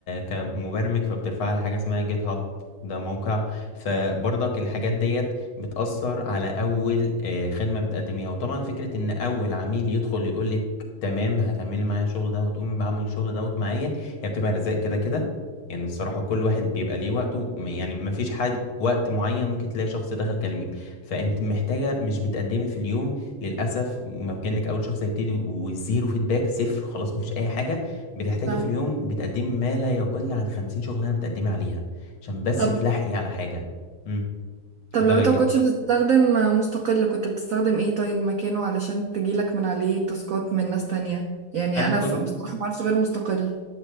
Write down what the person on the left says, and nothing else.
كمبرمج فبترفعي على حاجه اسمها جيت هاب ده موقع فبرضك الحاجات ديت بتأثر على أول آه، خدمة بتقدميها وطبعا فكرة إن أول عميل يدخل يقولك تمام هتعملي معايا الشغل ده وتقومي بعمل الشغل دوت معايا هي بتبقى رزق كده كده يعني الصراحة كل واحد بيبقى ليه وقته م- يعني مفيش حد وقت معين ممكن تلاقي شخص دخل كلمك فأنت محتاجة مش بتقدمي في اليوم للاسف ما كانك اول شخص هيبتدي وزيرو فيدباك صفر خلاص مفيش اي حاجه بتحتاجي
في اليوم بتقدمي ما لا يقل عن 50 شغلانه بتقدمي عليها عشان بس
تلحقي على حاجه امم اتفضلي
يا كده
انا
كنت